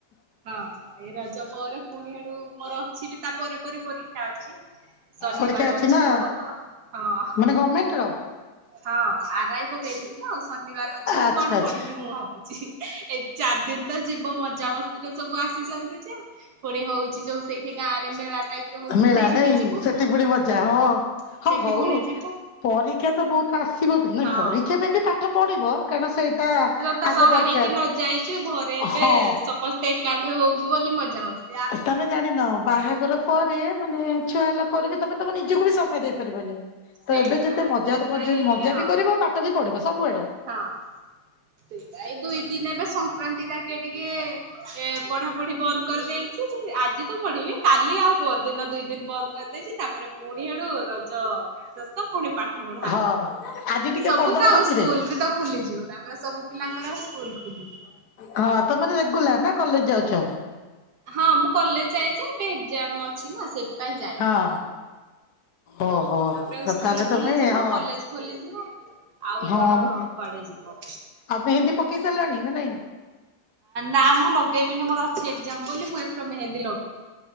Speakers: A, on the right; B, on the left.
A: ହଁ ଏଇ ରଜ ପରେ ପୁଣି ହେଡୁ ମୋର ଅଛି ବି ତା ପରେ ପରେ ପରୀକ୍ଷା ଅଛି। ଶନିବାର
B: ପରୀକ୍ଷା
A: ଅଛି
B: ନା
A: ମୋର ତ ହଁ।
B: ମାନେ ଗମେଣ୍ଟ ର।
A: ହଁ, ଆର ଆଇ ପକେଇଥିଲି ତ ଶନିବାର ଅଛି
B: ଆଚ୍ଛା
A: ମୁଁ କଣ
B: ଆଚ୍ଛା
A: ପଢିବି ମୁଁ ଭାବୁଛି ଏଇ ଚାରି ଦିନି ତ ଯିବ ମଜା ମସ୍ତିରେ ସବୁ ଆସିଛନ୍ତି ଯେ। ପୁଣି ହଉଛି ଯୋଉ ସେଇଠି ଗାଁରେ ମେଳା ଟାଇପ୍ ର ହଉଛି
B: ମେଳା
A: ସେଇଠିକି
B: ନାଇଁ
A: ଯିବୁ,
B: ସେଠି ପୁଣି ମଜା
A: ହୁଁ।
B: ହଁ ହଁ
A: ସେଠି
B: ହଉ
A: ପୁଣି ଯିବୁ
B: ପରୀକ୍ଷା ତ ବହୁତ ଆସିବ ବି ନାଇଁ
A: ହଁ।
B: ପରୀକ୍ଷା ପାଇଁ ବି ପାଠ ପଢିବ କାରଣ ସେଇଟା
A: ତ
B: ଆଗ
A: ବାହା
B: ଦରକାର
A: ହେଇକି ନ ଯାଇଛେ ଘରେ ଏବେ
B: ହଁ
A: ସମସ୍ତେ ଏକାଠି ହଉଛିୁ ବୋଲି ମଜା ମସ୍ତି
B: ତମେ ଜାଣିନ ବାହାଘର ପରେ ମାନେ ଛୁଆ ହେଲା ପରେ ବି ତମେ ତମ ନିଜକୁ ବି ସମୟ ଦେଇପାରିବନି।
A: ସେଇଟା
B: ତ ଏବେ ଯେତେ ମଜା
A: ସେଥିପାଇଁ ଏବେ
B: ମଜା
A: ହଁ
B: ବି କରିବ ପାଠ ବି ପଢିବ ସବୁଆଡୁ।
A: ହଁ। ନାଇଁ ଦୁଇ ଦିନ ଏବେ ସଂକ୍ରାନ୍ତି ଯାକେ ଟିକେ ଏ ପଢାପଢି ବନ୍ଦ କରିଦେଇ ଆଜି ତ ପଢିବି କାଲି ଆଉ ପରଦିନ ଦୁଇ ଦିନ ବନ୍ଦ କରିଦେଇଛି ତାପରେ ପୁଣି ଆଡୁ ରଜ ଦଶମ ପୁଣି ପାଠ ପଢା
B: ହଁ
A: ଆରମ୍ଭ
B: ଆଜି ଟିକେ
A: ସବୁ
B: ପଢିଦବ
A: ତ ଆଉ
B: ରାତିରେ
A: ସ୍କୁଲ ବି ତ ଖୋଲିଯିବ ତାପରେ ସବୁ ପିଲାଙ୍କର ସ୍କୁଲ ଖୋଲିଯିବ।
B: ହଁ ତମର ରେଗୁଲାର ନା କଲେଜ ଯାଉଛ?
A: ହଁ ମୁଁ କଲେଜ ଯାଇଛି ଏବେ ଏକ୍ଜାମ ଅଛି ନା ସେଇଥିପାଇଁ ଯାଇନ।
B: ହଁ ଓହୋ
A: ତାପରେ ଆଉ ସ୍କୁଲ
B: ତାହେଲେ
A: ଖୋଲିଯିବ
B: ତମେ ହଁ
A: କଲେଜ ଖୋଲିଯିବ। ଆଉ
B: ହଁ
A: କଣ
B: ବା
A: କୁଆଡେ ଯିବ?
B: ଆଉ ମେହେନ୍ଦୀ ପକେଇ ସାରିଲାଣି ନା ନାଇଁ?
A: ନା ମୁଁ ଲଗେଇବିନି ମୋର ଅଛି ଏଜାମ ବୋଲି ମୁଁ ଏଥରେ ମେହେନ୍ଦୀ ଲଗେ